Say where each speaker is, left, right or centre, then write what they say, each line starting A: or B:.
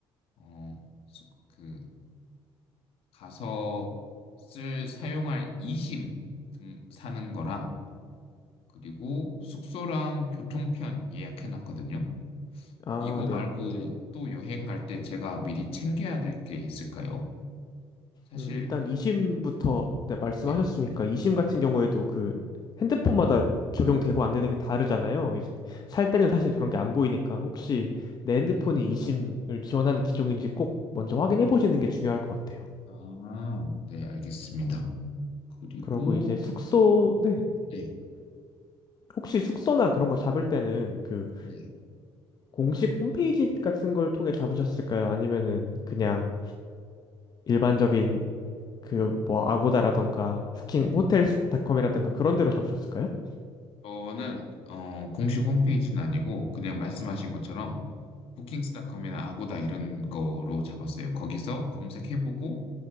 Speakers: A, on the left; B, on the left.
A: 어, 수- 그 가서 쓸 사용할 이심 등 사는 거랑 그리고 숙소랑 교통편 예약해놨거든요.
B: 아,
A: 이거 아, 네.
B: 네.
A: 말고 또 여행 갈 때 제가 미리 챙겨야 될 게 있을까요? 사실,
B: 음, 일단 2심부터 네, 말씀하셨으니까
A: 네.
B: 2심 같은 경우에도 그 핸드폰마다 적용되고 안 되는 게 다르잖아요. 이제 살 때는 사실 그런 게 안 보이니까 혹시 내
A: 음,
B: 핸드폰이 2심을 지원하는 기종인지 꼭 먼저 확인해 보시는 게 중요할 것 같아요.
A: 아, 네, 알겠습니다. 그리고,
B: 그러고 이제 숙소, 네.
A: 네,
B: 혹시 숙소나 그런 거 잡을 때는 그
A: 네.
B: 공식 홈페이지 같은 걸 통해 잡으셨을까요? 아니면은 그냥 일반적인 그 뭐 아고다라던가 부킹 호텔닷컴이라던가 그런 데로 잡으셨을까요?
A: 저는, 어, 공식 홈페이지는 아니고, 그냥 말씀하신 것처럼, 부킹스닷컴이나 아고다 이런 거로 잡았어요. 거기서 검색해보고,